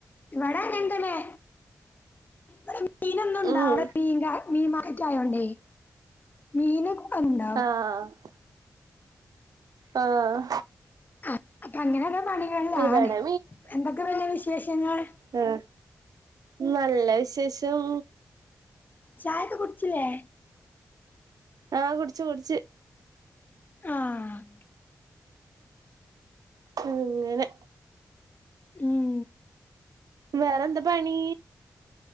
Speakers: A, on the left; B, on the right.
A: ഇവടങ്ങൻതന്നെ ഇവടെ മീനൊന്നുംണ്ടാ
B: ഉം
A: വ മീങ്ക മീൻ <unintelligible> മീനൊക്കെ പ്പോ <unintelligible>
B: ആഹ് ആഹ്
A: ആഹ് അപ്പങ്ങനൊരോ പണികള്ലാണ്
B: ഇവിടെ
A: എന്തൊക്കെ പിന്നെ വിശേഷങ്ങൾ
B: ഉം നല്ല വിശേഷം
A: ചായക്കെ കുട്ച്ച്ല്ലേ
B: ആഹ് കുട്ച്ച് കുട്ച്ച്
A: ആഹ്
B: അങ്ങനെ
A: ഉം
B: മ്മ് വേറെന്താ പണീ